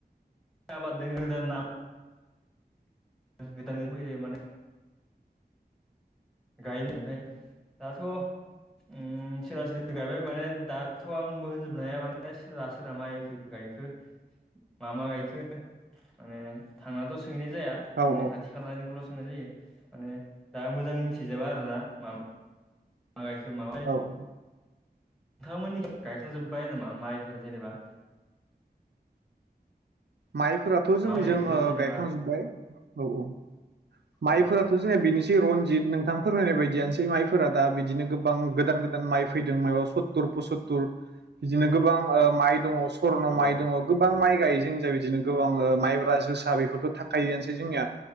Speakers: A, in the centre; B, on the right.
A: <unintelligible> गोदान फैयो माने गायनो ओमफ्राय दाथ' उम सोरबा सोरबा गायबाय माने दाथ' आंबो होनजोबनो हाया माने सोरहा सोरहा माइखो गायखो मा मा गायखो माने थांनाथ' सोंहैनाय जाया।
B: औ
A: उम खाथि खालानिखौल' सोंनाय जायो माने दा मोजां मिथिजोबा आरोना मा मा गायखो मा माइ
B: <inaudible>
A: नोंथांमोननि गायखांजोब्बाय नामा माइफोर जेनेबा?
B: माइफोराथ'
A: मा
B: जोंनिजों
A: माइ गायखो
B: ओ
A: जेनेबा
B: गायखांजोबबाय औ औ। माइफोराथ'
A: औ
B: जोंनिया बेनोसै रनजित नोंथां फोरमायनाय बायदियानोसै माइफोरा दा बिदिनो गोबां गोदान गोदा माइ फैदों माइबा सुत्तुर पसुत्तुर बिदिनो गोबां ओ माइ दङ। स्वर्न
A: औ
B: माइ दङ गोबां माइ गायो जों दा बिदिनो गोबां ओ माइब्रा जोसा बेफोरथ' थाखायोआनोसै जोंनिया।